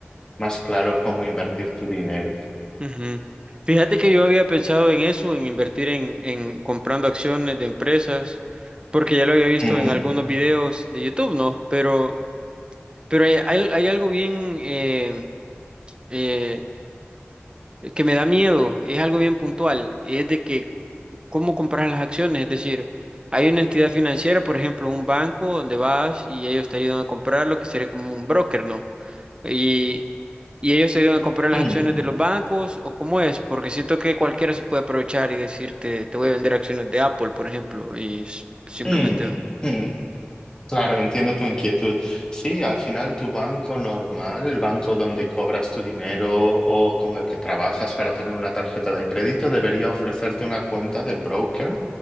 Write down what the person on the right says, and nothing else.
Ujú. Fíjate que yo había pensado en eso, en invertir en, en comprando acciones de empresas, porque ya lo había visto
en algunos videos de YouTube, ¿no? Pero Pero hay, hay- hay algo bien eh, eh, que me da miedo, es algo bien puntual, y es de que cómo comprar las acciones, es decir, hay una entidad financiera, por ejemplo, un banco donde vas y ellos te ayudan a comprar lo que sería como un broker, ¿no? Y, y ellos te ayudan a comprar
las acciones de los bancos, o cómo es, porque siento que cualquiera se puede aprovechar y decirte, te voy a vender acciones de Apple, por ejemplo, y s- simplemente...